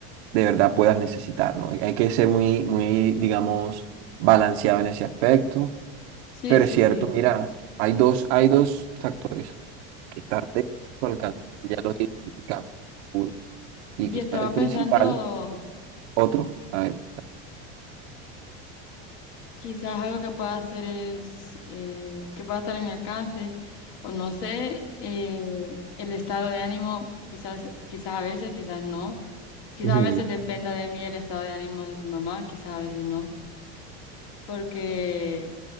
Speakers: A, on the right; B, on the left.
A: de verdad puedas necesitar, ¿no? Hay que ser muy, muy, digamos, balanceado en ese aspecto.
B: Sí,
A: Pero
B: sí,
A: es cierto,
B: sí.
A: mira, hay dos, hay dos factores que están de tu alcance, ya los identificamos. Uno, y
B: Y
A: quizás
B: estaba
A: el
B: pensando,
A: principal, otro, a ver.
B: quizás algo que pueda hacer es, eh, que pueda estar en mi alcance, o no sé, eh, el estado de ánimo, quizás, quizás a veces, quizás no, quizás
A: Ujú.
B: a veces dependa de mí el estado de ánimo de mi mamá, quizás a veces no, porque